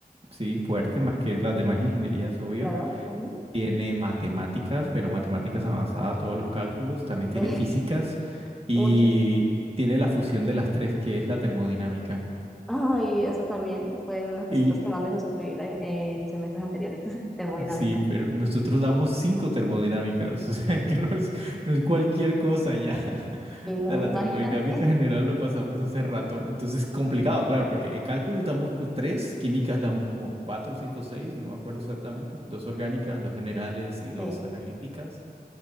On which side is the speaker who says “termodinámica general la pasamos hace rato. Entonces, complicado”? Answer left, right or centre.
Right